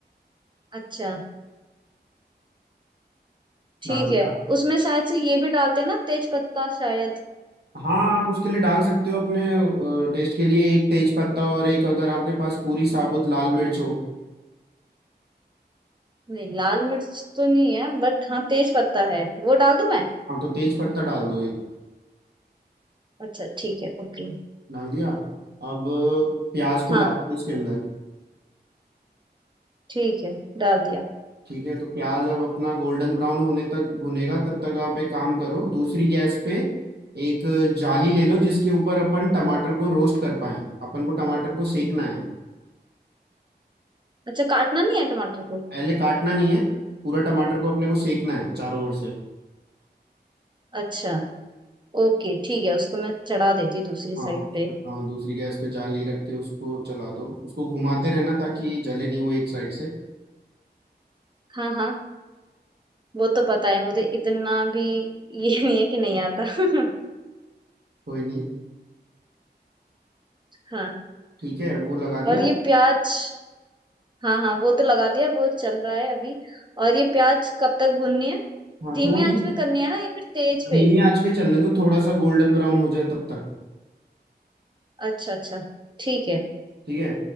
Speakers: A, on the right; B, on the right.
A: अच्छा ठीक
B: डाल दिया?
A: है उसमें शायद से ये भी डालते हैं ना तेज पत्ता शायद
B: हाँ आप उसके लिए डाल सकते हो अपने टेस्ट के लिए एक तेज पत्ता और एक अगर आपके पास पूरी साबुत लाल मिर्च हो
A: नहीं लाल मिर्च तो नहीं है बट हाँ तेज पत्ता है वो डाल दूं मैं
B: हाँ तो तेज पत्ता डाल दो एक
A: अच्छा ठीक है ओके
B: डाल दिया अब प्याज को
A: हाँ
B: डाल दो इसके अंदर
A: ठीक है डाल दिया
B: ठीक है तो प्याज अब अपना गोल्डन ब्राउन होने तक भुनेगा तब तक आप एक काम करो दूसरी गैस पे एक जाली ले लो जिसके ऊपर अपन टमाटर को रोस्ट कर पाए अपन को टमाटर को सेकना है
A: अच्छा काटना नहीं है टमाटर को
B: पहले काटना नहीं है पूरा टमाटर को अपने को सेकना है चारों ओर से
A: अच्छा ओके ठीक है उसको मैं चढ़ा देती हूँ दूसरी
B: हाँ
A: साइड
B: उस-
A: पे
B: हाँ दूसरी गैस पे जाली रख के उसको चला दो उसको घुमाते रहना ताकि जले नहीं वो एक साइड से
A: हाँ हाँ वो तो पता है मुझे इतना भी <laughs> ये नहीं है कि नहीं आता <laughs>
B: कोई नहीं
A: हाँ
B: ठीक है वो लगा
A: और
B: दिया
A: ये प्याज हाँ हाँ वो तो लगा दिया वो चल रहा है अभी और ये प्याज कब तक भूननी है
B: हाँ
A: धीमी
B: थोड़ी
A: आंच
B: सी
A: पे करनी है ना या फिर तेज पे
B: धीमी आंच पे चलने दो थोड़ा सा गोल्डन ब्राउन हो जाए तब तक
A: अच्छा अच्छा ठीक है
B: ठीक है